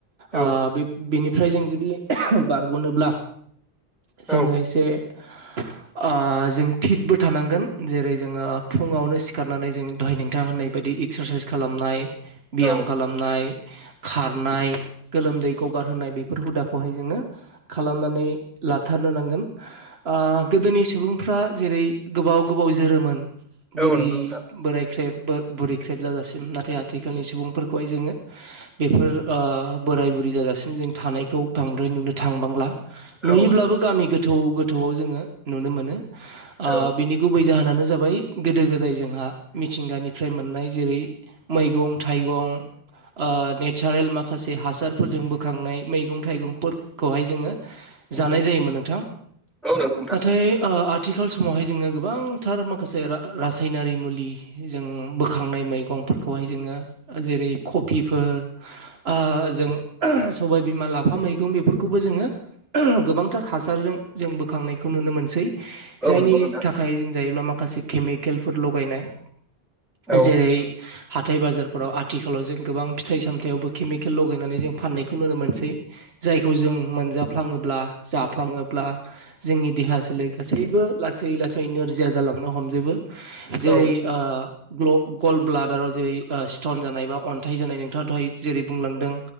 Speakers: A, in the centre; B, on the right.
A: औ
B: ओ बेनिफ्राय जों जुदि बारग'नोब्ला जोङो
A: औ
B: एसे ओ जों फिटबो थानांगोन जेरै जोङो फुङावनो सिखारनानै जों दहाय नोंथां होननाय बा दि एक्सारसाइस खालामनाय बियाम
A: औ
B: खालामनाय, खारनाय, गोलोमदैखौ गगारहोनाय बे फोर हुदाखौहाय जोङो खालामनानै लाथारनो नांगोन ओ गोदोनि सुबुं फ्रा जेरै गोबाव गोबाव जोरोमोन बुरि
A: औ नंगौ नोंथां
B: बोराय ख्रेब बुरै ख्रेब जाजासिम नाथाय आथिखालनि सुबुंफोरखौहाय जोङो बेफोर ओ बोराय बुरै जाजासिम जों थानायखौ बांद्राय नुनो थांबांला।
A: औ
B: नुयोब्लाबो
A: नंगौ
B: गामि गोथौ गो थौ जोङो नुनो मोनो। ओ
A: औ
B: बिनि गुबै जाहोनानो जाबाय गोदो गोदाय जोंहा मिथिंगानिफ्राय मोननाय जेरै मैगं थाइगं ओ नेचारेल माखासे हासारफोरजों बोखांनाय मैगं थाइगंफोरखौहाय जोङो जानाय
A: उम
B: जायोमोन नोंथां,
A: औ नंगौ नोंथां
B: नाथाय ओ आथिखाल समावहाय जोङो गोबांथार माखासे रा-रासायनारि मुलि जों बोखांनाय मैगं फोरखौ हायो जोङो जेरै कपिफोर आं जों सबाय बिमा लाफा मैगं बेफोरखौबो जोङो गोबांथार हासारजों जों बोखांनायखौ नुनो मोनसै। जायनि
A: औ नंगौ नोंथां
B: थाखाय जों जायोब्ला माखासे केमिकेलफोर लगायनाय
A: औ
B: जेरै हाथाय बाजार फोराव आथिखालाव जों गोबां फिथाइ सामथायावबो केमिकेल लगायनानै जों फान्नायखौ नुनो मोनो जायखौ जों मोनजाफ्लाङोब्ला जाफ्लाङोब्ला जोंनि देहा सोलेर गासै गासैबो लासै लासै नोरजिया जालांनो हमजोबो जेरै
A: औ
B: ओ ग्ल' गल्ड ब्लादाराव जेरै स्टन जानाय बा अन्थाइ जानाय नोंथां दहाय जेरै बुंलांदों